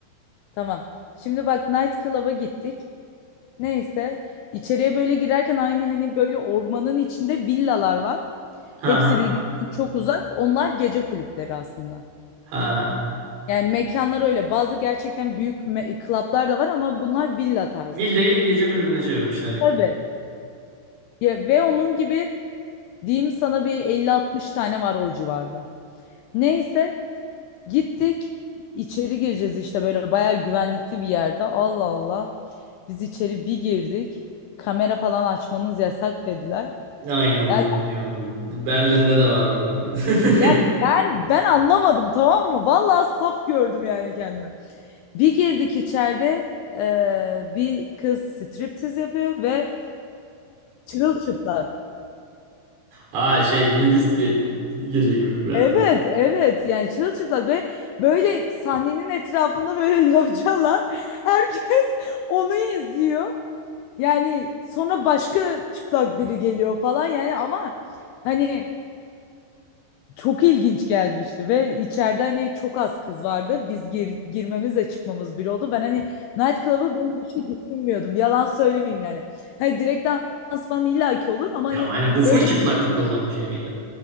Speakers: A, on the left (about 85°); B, on the right (about 70°).
A: Tamam. Şimdi bak night club'a gittik. Neyse içeriye böyle girerken aynı hani böyle ormanın içinde villalar var.
B: Ha
A: Hepsi
B: ha.
A: birbirinden çok uzak. Onlar gece kulüpleri aslında.
B: Ha.
A: Yani mekanlar öyle. Bazı gerçekten büyük me- club'lar da var ama bunlar villa tarzı.
B: Villayı gece kulübüne çevirmişler
A: Tabii. Ya, ve onun gibi diyeyim sana bir elli 60 tane var o civarda. Neyse gittik. içeri gireceğiz işte böyle bayağı güvenlikli bir yerde. Allah Allah. Biz içeri bir girdik. Kamera falan açmanız yasak dediler.
B: Aynen
A: Yani
B: onu biliyorum. Berlin'de
A: şimdi
B: de var bu. <laughs>
A: Ya ben ben anlamadım tamam mı? Vallahi saf gördüm yani kendimi. Bir girdik içeride eee, bir kız striptiz yapıyor ve çırılçıplak.
B: Ha şey nudist bir gece kulübü biraz
A: Evet
B: da.
A: evet yani çırılçıplak ve böyle sahnenin etrafında böyle <laughs> localar herkes onu izliyor. Yani sonra başka çıplak biri geliyor falan yani ama hani çok ilginç gelmişti ve içeride hani çok az kız vardı. Biz gir, girmemizle çıkmamız bir oldu. Ben hani nightclub'a böyle bir şey düşünmüyordum. Yalan söylemeyeyim yani. Hani direkt dans falan illaki olur ama hani
B: Ya aynen bu full
A: böyle
B: çıplaklıklı olan bir şey miydi?